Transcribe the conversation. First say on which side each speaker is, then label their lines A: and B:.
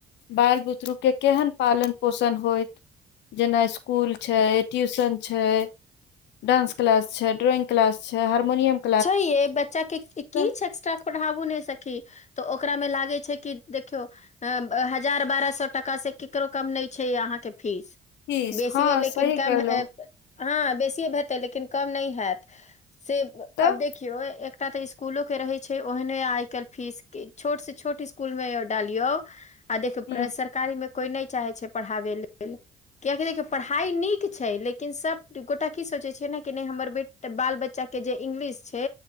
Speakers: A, on the left; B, on the left.
A: बाल बुतरूके केहन पालन पोषण होइत जेना स्कुल छै ट्यूशन छै डान्स क्लास छै ड्रोइंग क्लास छै हारमोनियम
B: छै ये बच्चा के की
A: सब
B: छै एक्स्ट्रा पढ़ाबू नहि सखी तऽ ओकरामे लागै छै कि देखियौ अ हजार बारह सए टका से केकरो कम नहि छै अहाँके फीस
A: चीज
B: बेसी
A: हँ
B: है लेकिन
A: सही
B: कम
A: कहलौं
B: हँ बेसी हेतै लेकिन कम नहि हैत से आब
A: तऽ
B: देख देखियो एकटा ते स्कूलो के रहे छै ओहने आय काल्हि फीस के छोट से छोटकू स्कुल मे डालियौ आ देखौ
A: हूँ
B: सरकारी मे कोई नहि चाहे छै पढ़ाबे लेल कियाकि देखियौ पढ़ाइ नीक छै लेकिन सब गोटा की सोचै छियै ने कि नहि हमर बे बाल बच्चाके जे इंगलिश छै